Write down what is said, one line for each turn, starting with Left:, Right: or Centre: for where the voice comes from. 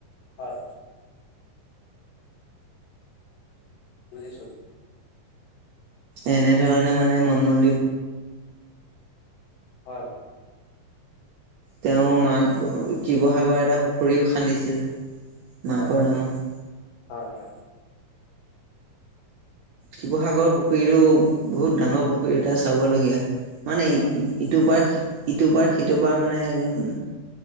Left: হয়। বুজিছোঁ।
Right: এনেধৰণে
Left: শুনি
Right: মানে মন মন্দিৰবো-
Left: হয় হয়।
Right: তেওঁ মাক শিৱসাগৰ এটা পুখুৰীও খান্দিছিল, মাকৰ
Left: হয়
Right: নামত।
Left: হয় হয়।
Right: শিৱসাগৰৰ পুখুৰীতটো বহুত ডাঙৰ পুখুৰী এটা চাবলগীয়া। মানে
Left: হয়
Right: ইটোৰ পাৰ ইটোৰ পাৰ সিটোৰ পাৰ মানে একদম